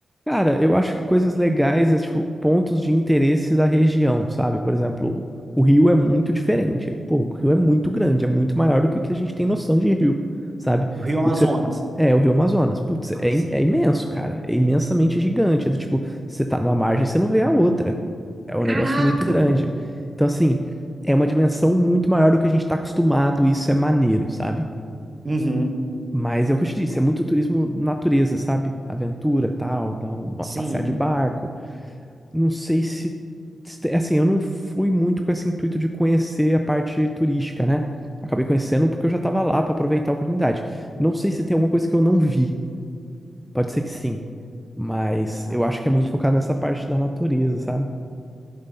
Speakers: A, in the centre; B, on the right.
A: Cara, eu acho que coisas legais é tipo pontos de interesse da região, sabe? Por exemplo, o Rio é muito diferente. Pô, o Rio é muito grande, é muito maior do que o que a gente tem noção de Rio, sabe?
B: Do Rio
A: Tipo,
B: Amazonas.
A: que você. É, o Rio Amazonas. Putz,
B: Ah,
A: é, im-
B: sim.
A: é imenso, cara. É imensamente gigante. É do tipo, você tá numa margem, você não vê a outra. É um negócio
B: Caraca!
A: muito grande. Então, assim, é uma dimensão muito maior do que a gente tá acostumado, e isso é maneiro, sabe?
B: Uhum,
A: Mas é o que eu te disse, é muito turismo natureza, sabe? Aventura, tal, dar um, uma
B: sim.
A: passear de barco. Não sei se se- assim, eu não fui muito com esse intuito de conhecer a parte turística, né? Acabei conhecendo porque eu já tava lá pra aproveitar a oportunidade. Não sei se tem alguma coisa que eu não vi. Pode ser que sim, mas
B: Ah,
A: eu
B: entendi.
A: acho que é muito focado nessa parte da natureza, sabe?